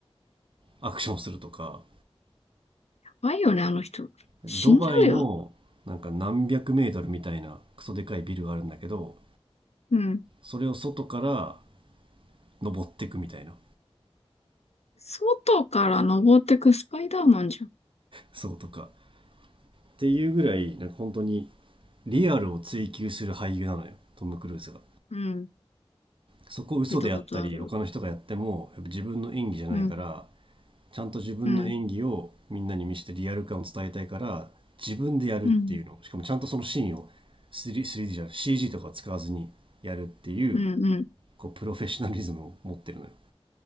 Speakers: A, on the right; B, on the left.
A: アクションするとか
B: 怖いよね、あの人。
A: ドバイのなんか何百メートルみたいなクソでかいビルがあるんだけど
B: 死んじゃうよ。うん。
A: それを外から登っていくみたいな
B: 外から登ってくスパイダーマンじゃん。
A: そうとかっていうぐらいなんか本当にリアルを追求する俳優なのよトム・クルーズが
B: うん。
A: そこを嘘でやったり他の人がやってもやっぱ自分の演技じゃないから
B: 聞いたことある。うん、
A: ちゃんと自分の演技をみんなに見せてリアル感を伝えたいから自分でやるっていうのしかもちゃんとそのシーンを
B: うん、うん、
A: 3D, じゃない CG とか使わずにやるっていう
B: うん、うん。
A: こうプロフェッショナリズムを持ってるのよ